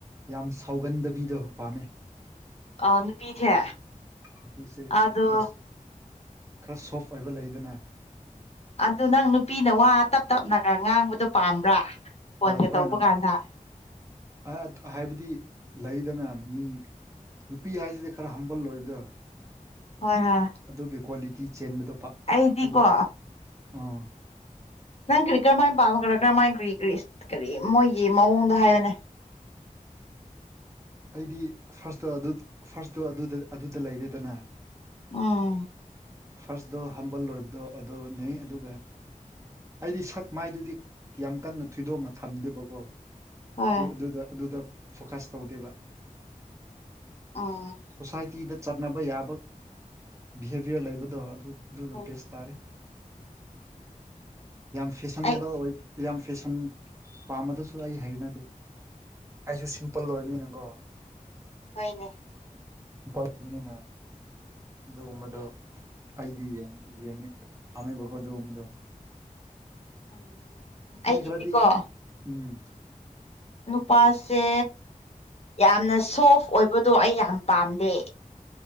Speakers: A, on the right (about 20°); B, on the left (about 45°).
A: ꯌꯥꯝ ꯁꯥꯎꯒꯟꯗꯕꯤꯗꯣ ꯄꯥꯝꯃꯦ꯫
B: ꯑ ꯅꯨꯄꯤꯁꯦ
A: ꯅꯨꯄꯤꯁꯦ
B: ꯑꯗꯣ
A: ꯈꯔ ꯈꯔ ꯁꯣꯐ ꯑꯣꯏꯕ ꯂꯩꯗꯅ
B: ꯑꯗꯨ ꯅꯪ ꯅꯨꯄꯤꯅ ꯋꯥ ꯇꯞ ꯇꯞꯅꯒ ꯉꯥꯡꯕꯗꯣ ꯄꯥꯝꯕ꯭ꯔꯥ ꯐꯣꯟꯒ
A: ꯍꯣ ꯑꯗꯨꯃꯥꯏꯅ
B: ꯇꯧꯕ ꯀꯥꯟꯗ
A: ꯑꯥ ꯍꯥꯏꯕꯗꯤ ꯂꯩꯗꯅ ꯃꯤ ꯅꯨꯄꯤ ꯍꯥꯏꯁꯤꯗꯤ ꯈꯔ ꯍꯝꯕꯜ ꯑꯣꯏꯕꯗꯣ
B: ꯍꯣꯏ ꯍꯣꯏ
A: ꯑꯗꯨꯒꯤ ꯀ꯭ꯋꯥꯂꯤꯇꯤ ꯆꯦꯟꯕꯗꯣ ꯄꯥꯛ
B: ꯑꯩꯗꯤꯀꯣ
A: ꯑꯩ ꯑꯥ
B: ꯅꯪ ꯀꯔꯤ ꯀꯔꯝꯃꯥꯏꯅ ꯄꯥꯝꯕ ꯀꯔ ꯀꯔꯝꯃꯥꯏ ꯀꯔꯤ ꯀꯔꯤ ꯀꯔꯤ ꯃꯣꯏꯒꯤ ꯃꯑꯣꯡꯗꯣ ꯍꯥꯏꯌꯦꯅꯦ
A: ꯑꯩꯗꯤ ꯐꯥꯔꯁꯇꯥ ꯑꯗꯨ ꯐꯥꯔꯁꯇꯣ ꯑꯗꯨꯗ ꯑꯗꯨꯗ ꯂꯩꯔꯦꯗꯅ
B: ꯎꯝ
A: ꯐꯥꯔꯁꯗꯣ ꯍꯝꯕꯜ ꯂꯣꯏꯕꯗꯣ ꯑꯗꯨꯅꯦ ꯑꯗꯨꯒ ꯑꯩꯗꯤ ꯁꯛ ꯃꯥꯏꯗꯨꯗꯤ ꯌꯥꯝ ꯀꯟꯅ ꯊꯣꯏꯗꯣꯛꯅ ꯊꯝꯗꯦꯕꯀꯣ
B: ꯍꯣꯏ
A: ꯑꯗꯨꯗ ꯑꯗꯨꯗ ꯐꯣꯀꯁ ꯇꯧꯗꯦꯕ
B: ꯑꯥ
A: ꯁꯣꯁꯥꯏꯇꯤꯗ ꯆꯠꯅꯕ ꯌꯥꯕ ꯕꯤꯍꯦꯚꯤꯌꯔ ꯂꯩꯕꯗꯣ ꯑꯗꯨ ꯑꯗꯨꯗꯣ
B: ꯎꯝ
A: ꯕꯦꯁ ꯇꯥꯔꯦ ꯌꯥꯝ ꯐꯦꯁꯟꯅꯦꯕꯜ
B: ꯑꯩ
A: ꯑꯣꯏ ꯌꯥꯝ ꯐꯦꯁꯟ ꯄꯥꯝꯕꯗꯨꯁꯨ ꯑꯩ ꯍꯩꯅꯗꯦ ꯑꯩꯁꯨ ꯁꯤꯝꯄꯜ ꯑꯣꯏꯅꯤꯅꯀꯣ
B: ꯍꯣꯏꯅꯦ
A: <unintelligible> ꯑꯗꯨꯒꯨꯝꯕꯗꯣ ꯑꯩꯗꯤ <unintelligible> ꯄꯥꯝꯃꯦꯕꯀꯣ ꯑꯗꯨꯒꯨꯝꯕꯗꯣ
B: ꯎꯝ ꯑꯩꯒꯤꯗꯤꯀꯣ
A: ꯃꯤ ꯈꯔꯗꯤ ꯎꯝ
B: ꯅꯨꯄꯥꯁꯦ ꯌꯥꯝꯅ ꯁꯣꯐ ꯑꯣꯏꯕꯗꯣ ꯑꯩ ꯌꯥꯝ ꯄꯥꯝꯗꯦ